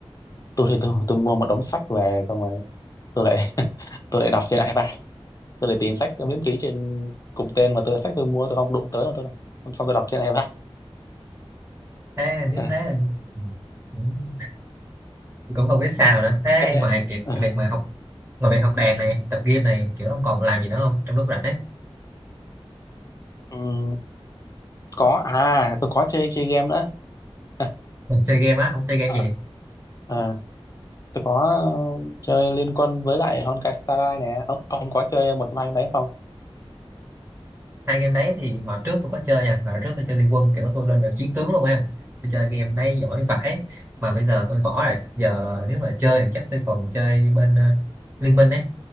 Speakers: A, on the left; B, on the right.
A: tôi thì tôi, tôi mua một đống sách về xong rồi tôi lại <laughs> tôi lại đọc trên iPad tôi lại tìm sách miễn phí trên cùng tên mà tôi sách tôi mua tôi không đụng tới mà tôi đọc xong tôi đọc trên iPad
B: thế nếu
A: Ờ,
B: thế ừ, cũng cũng không biết sao nữa thế
A: thế,
B: ngoài việc
A: ờ,
B: cái việc mà học ngoài việc học đàn này tập game này kiểu ông còn làm gì nữa không trong lúc rảnh ấy
A: ừm, có à tôi có chơi chơi game nữa <laughs>
B: mình chơi game á ông chơi game
A: Ờ,
B: gì
A: ờ, tôi có chơi Liên Quân với lại Honkai Star Rail nè ông ông có chơi một trong hai cái đấy không
B: hai game đấy thì hồi trước tôi có chơi nha hồi trước tôi chơi Liên Quân kiểu tôi lên được chiến tướng luôn em tôi chơi game đấy giỏi vãi mà bây giờ tôi bỏ rồi giờ nếu mà chơi thì chắc tôi còn chơi bên ờ, Liên Minh ấy